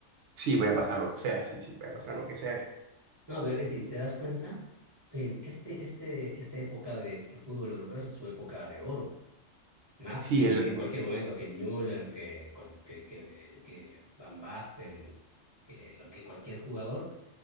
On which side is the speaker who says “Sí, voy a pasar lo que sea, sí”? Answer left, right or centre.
Right